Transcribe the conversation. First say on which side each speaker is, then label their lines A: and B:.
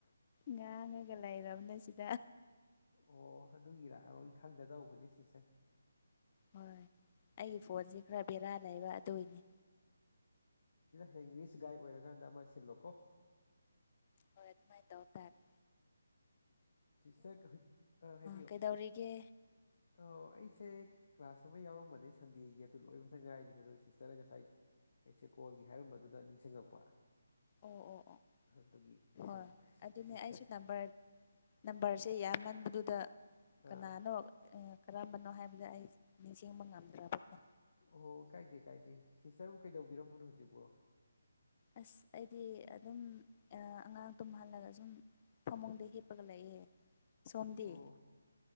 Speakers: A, on the left; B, on the left.
A: ꯉꯥꯡꯉꯒ ꯂꯩ ꯝ ꯅ ꯁꯤꯗ
B: ꯑꯣ ꯑꯗꯨꯒꯤꯔꯥ ꯑꯩ ꯑꯩ ꯈꯪꯗꯗꯧꯕꯅꯤ ꯁꯤꯁꯦ
A: ꯍꯣꯏ ꯑꯩꯒꯤ ꯐꯣꯟꯁꯦ ꯈꯔ ꯕꯦꯔꯥ ꯂꯩꯕ ꯑꯗꯨꯏꯅꯤ
B: ꯍꯦꯡꯂꯤꯁ ꯒꯥꯏ ꯑꯣꯏꯔꯀꯥꯟꯗ ꯑꯃ ꯁꯤꯜꯂꯣꯀꯣ
A: ꯍ ꯑꯦꯗꯃꯥꯏ ꯇꯧꯇꯥꯔꯦ
B: ꯁꯤꯁꯇꯔ ꯑ ꯍꯥꯏꯕꯤꯌꯣ
A: ꯀꯩꯗꯧꯔꯤꯒꯦ
B: ꯑ ꯑꯩꯁꯦ ꯀ꯭ꯂꯥꯁ ꯑꯃ ꯌꯥꯎꯔꯝꯕꯅꯦ ꯁꯟꯗꯦꯒꯤ ꯑꯗꯨ ꯂꯣꯏ ꯃꯊꯪ ꯉꯥꯏꯔꯤ ꯑꯗꯨꯒ ꯁꯤꯁꯇꯔꯅ ꯉꯁꯥꯏ ꯑꯩꯁꯦ ꯀꯣꯜꯒꯤ ꯍꯥꯏꯔꯝꯕꯗꯨꯅ ꯅꯤꯡꯁꯤꯡꯉꯛꯄ
A: ꯑꯣ ꯑꯣ ꯑꯣ
B: ꯍꯗꯒꯤ
A: ꯍꯣꯏ
B: ꯁ
A: ꯍꯣꯏ ꯑꯗꯨꯅꯦ
B: ꯁꯤꯁ
A: ꯑꯩꯁꯨ
B: ꯊꯒꯦ
A: ꯅꯝꯕꯔ ꯅꯝꯕꯔꯁꯦ ꯌꯥꯝꯃꯟꯕꯗꯨꯗ ꯀꯅꯥꯅꯣ
B: ꯑꯥ
A: ꯀꯔꯝꯕꯅꯣ ꯍꯥꯏꯕꯗ ꯑꯩ ꯅꯤꯡꯁꯤꯡꯕ ꯉꯝꯗ꯭ꯔꯕ ꯀꯣ
B: ꯑꯣ ꯀꯥꯏꯗꯦ ꯀꯥꯏꯗꯦ ꯁꯤꯁꯇꯔꯕꯨ ꯀꯩꯗꯧꯕꯤꯔꯝꯕꯅꯣ ꯍꯧꯖꯤꯛꯐꯣ
A: ꯑꯁ ꯑꯩꯗꯤ ꯑꯗꯨꯝ ꯑꯉꯥꯡ ꯇꯨꯝꯍꯜꯂꯒ ꯁꯨꯝ ꯐꯃꯨꯡꯗ ꯍꯤꯞꯄꯒ ꯂꯥꯛꯑꯦ ꯁꯣꯝꯗꯤ
B: ꯑꯣ